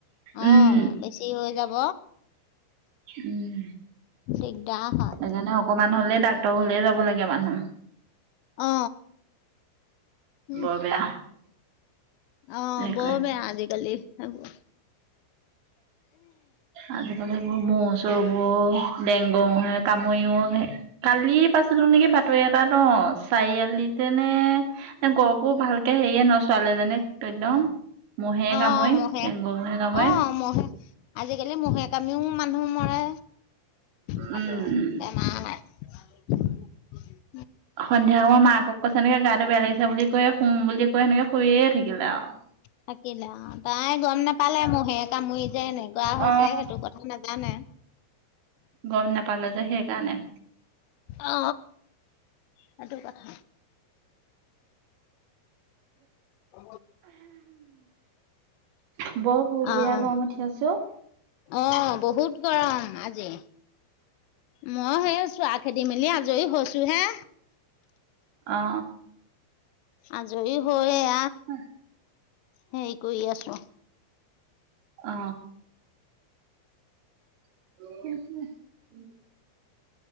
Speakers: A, on the left (about 85°); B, on the right (about 70°).
A: অ
B: উম,
A: বেছি হৈ যাব।
B: উম।
A: দিগদাৰ হয়।
B: সেইকাৰণে অকমান হলে ডাক্তৰ ঘৰলে যাব লাগে মানুহ।
A: অ। উম,
B: বৰ বেয়া।
A: অ
B: হেৰি
A: বৰ
B: কৰে
A: বেয়া আজিকালি সেইবো।
B: আজিকালি এইবোৰ মহ চহবোৰৰ। ডেংগ মহে কামুৰিও কালি পাইছো নেকি বাতৰি এটাত অ চাৰিআলিত। তেনে কৰপো ভালকে হেৰিয়ে নচোৱালে জনিক। আকডম মহে
A: অ',
B: কামৰি
A: মহে
B: ডেগ মহে কামোৰি।
A: অ', মহে আজিকালি মহে কামিও মানুহ মৰে তাতো
B: উম
A: বেমাৰ। <inaudible>
B: সন্ধিয়া সময় মাকক কৈছে সেনেকে গাটো বেয়া লিছে বুলি কয় শুম বুলি কয় সেনেকে হৈয়ে থাকিলে আৰু। অ।
A: থাকিলে অ তাই গম নাপালে মহে কামুৰি যে এনেকুৱা হৈছে
B: অ
A: সেইটো কথা নাজানে।
B: গম নাপালো যে সেইকাৰণে।
A: অ সেইটো কথা। অ
B: বৰ পুৰপুৰীয়া
A: অ
B: গৰম উঠি আছে অ।
A: অ বহুত গৰম আজি। মই সেই চোৱা খেদি মেলি আজৰি হৈছো হে
B: অ
A: আজৰি হয় এ
B: উম
A: সেই কৰি আছো।
B: অ <unintelligible>